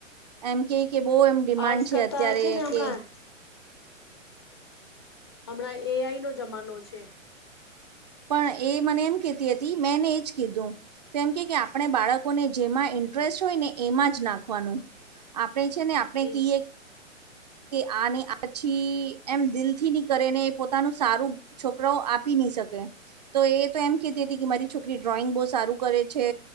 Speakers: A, on the right; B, on the left.
A: એમ કે કે બહુ એમ. ડિમાન્ડ
B: આર્ટસ
A: છે
B: કરતા
A: અત્યારે
B: છે ને હમણાં.
A: કે
B: હમણાં એ આઈ નો જમાનો છે.
A: પણ એ મને એમ કહેતી હતી મેંને એજ કીધું. તો એમ કે કે આપણે બાળકોને જેમાં ઇન્ટરેસ્ટ હોય ને એમાં જ નાખવાનું. આપણે છે ને આપણે
B: એ
A: કિયે. કે આની આ છી એમ દિલ થી ની કરે ને પોતાનું સારું. છોકરાઓ આપી નહી શકે. તો એ તો એમ કેતી હતી કે મારી છોકરી ડ્રોઈંગ બહુ સારું કરે છે.